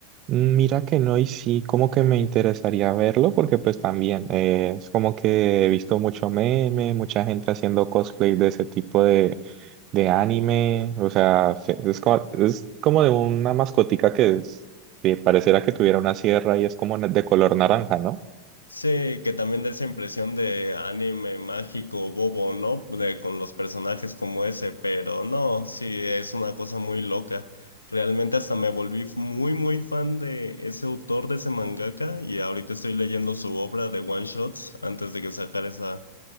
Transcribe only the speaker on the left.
Sí, que también da esa impresión de anime mágico bobo, ¿no? De, con los personajes como ese, pero no, sí, es una cosa muy loca. Realmente hasta me volví muy, muy fan de ese autor, de ese mangaka, y ahorita estoy leyendo su obra de One Shots antes de que sacara esa,